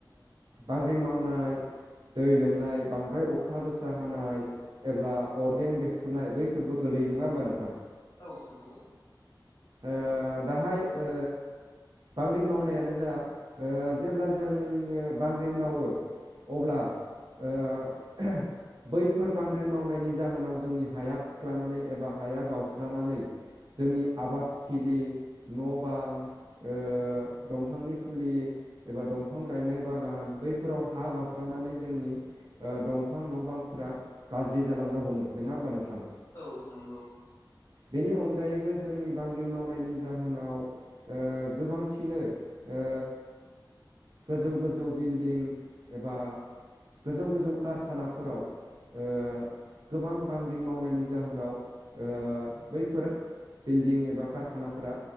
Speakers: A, on the right; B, on the left.
A: बांग्रि मावनाय दै लोमनाय बांद्राय अखा गोसा हानाय एब्ला अरगें बेफ्रुनाय बैफोरबो गोलैयो नङा होमबा नोंथां?
B: औ नंगौ।
A: ओ दाहाय ओ बांग्रिं मावनायानो जा ओ जेब्ला जोंनि बांग्रिं मावो अब्ला ओ बैफोर बांग्रिं मावनायनि जाहोनाव जोंनि हाया खुख्लानानै एबा हाया गावस्रानानै जोंनि आबादथिलि, न' बां ओ दंफांनि फुलि एबा दंफां गायनाय बागान बैफोराव हा गावस्रानानै जोंनि दंफां न' बांफोरा गाज्रि जालांनो हमो नङा होमबा नोंथां?
B: औ नंगौ।
A: बेनि अनगायैबो जोंनि बांग्रि मावनायनि जाहोनाव ओ गोबांथिनो ओ गोजौ गोजौ बिल्डिं एबा गोजौ गोजौ कारखानाफोराव ओ गोबां बांग्रिं मावनायनि जाहोनाव ओ बैफोर बिल्डिं एबा कारखानाफोरा